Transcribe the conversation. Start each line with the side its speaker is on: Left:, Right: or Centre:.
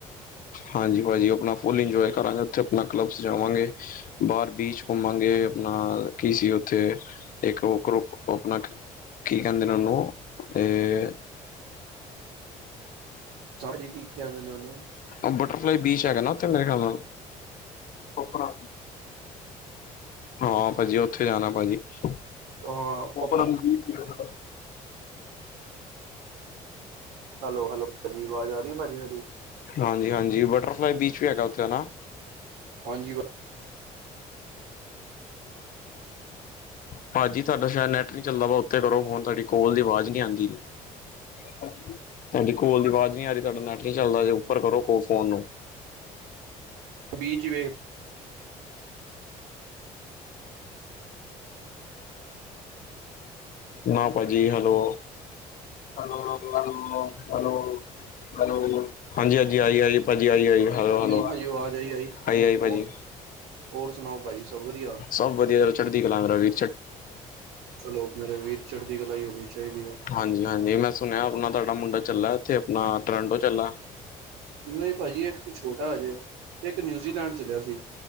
Left: ਹਾਂਜੀ ਭਾਜੀ, ਆਪਣਾ ਫੁੱਲ ਇੰਜੋਏ ਕਰਾਂਗੇ ਉੱਥੇ ਆਪਣਾ ਕਲੱਬ ਜਾਵਾਂਗੇ। ਬਾਹਰ ਬੀਚ ਘੁੰਮਾਂਗੇ। ਆਪਣਾ ਕੀ ਸੀ ਉੱਥੇ ਇੱਕ ਉਹ ਕਰੋ ਆਪਣਾ। ਕੀ ਕਹਿੰਦੇ ਨੂੰ। ਉ ਹੂੰ ਤੇ।
Right: ਚਾਚਾ ਜੀ ਕੀ ਕਹਿਿੰਦੇ ਨੇ ਉਹਨੂੰ।
Left: ਉਹ ਬਟਰਫਲਾਈ ਬੀਚ ਹੈਗਾ ਨਾ ਉੱਥੇ ਮੇਰੇ ਖਿਆਲ ਨਾਲ। ਆਪਣਾ। ਹਾਂ ਭਾਜੀ ਉੱਥੇ ਜਾਣਾ ਭਾਜੀ।
Right: ਹਾਂ
Left: <inaudible>
Right: ਪਾਪਾ ਹੈਲੋ ਹੈਲੋ ਭਾਜੀ ਆਵਾਜ਼ ਆ ਰਹੀ ਭਾਜੀ ਮੇਰੀ
Left: ਹਾਂਜੀ ਹਾਂਜੀ ਬਟ ਬੈਟਰ ਫਲਾਈ ਬੀਚ ਵੀ ਹੈਗਾ ਉਥੇ ਹੈਨਾ?
Right: ਹਾਂਜੀ
Left: ਭਾਜੀ ਤੁਹਾਡਾ ਸ਼ਾਇਦ ਨੈਟ ਨੀ ਚੱਲਦਾ ਵਾ ਉੱਥੇ ਕਰੋ ਫੋਨ ਤੁਹਾਡੀ। ਫੋਨ ਦੀ ਆਵਾਜ਼ ਨੀ ਆਉਂਦੀ। ਤੁਹਾਡੀ ਕੋਲ ਦੀ ਆਵਾਜ਼ ਨੀ ਆ ਰਹੀ ਤੁਹਾਡਾ ਨੈਟ ਨੀ ਚੱਲਦਾ ਜੇ ਉੱਪਰ ਕਰੋ ਫੋਨ ਨੂੰ।
Right: ਬੀਚ ਵੇਖ
Left: ਨਾ ਭਾਜੀ। ਹੈਲੋ, ਹੈਲੋ, ਹੋਲੋ, ਹਾਂਜੀ-ਹਾਂਜੀ, ਆਈ ਆਜੀ ਭਾਜੀ ਆਈ ਆ ਹੈਲੋ-ਹੈਲੋ।
Right: ਆਈ ਭਾਜੀ ਆਵਾਜ਼ ਆਈ ਆਈ ਹੋਰ
Left: ਆਈ-ਆਈ ਭਾਜੀ।
Right: ਹੋਰ ਸੁਣਾਓ ਭਾਜੀ ਸਭ ਵਧੀਆ
Left: ਸਭ ਵਧੀਆ ਚੱਲ ਚੜਦੀ ਕਲਾਂਗ ਰ ਵੀ,
Right: ਚਲੋ ਮੇਰੇ ਵੀਰ, ਚੜ੍ਹਦੀ ਕਲਾਈ ਹੋਣੀ ਚਾਹੀਦੀ ਵੇ।
Left: ਹਾਂਜੀ-ਹਾਂਜੀ, ਮੈਂ ਸੁਣਿਆ ਆਪਣਾ ਤੁਹਾਡਾ ਮੁੰਡਾ ਚੱਲ ਇੱਥੇ ਆਪਣਾ ਟੋਰਾਂਟੋ ਚੱਲਾ।
Right: ਨਹੀਂ ਭਾਜੀ, ਇੱਕ ਛੋਟਾ ਹਜੇ। ਤੇ ਇੱਕ ਨਿਊਜ਼ੀਲੈਂਡ ਚੱਲਿਆ ਸੀ।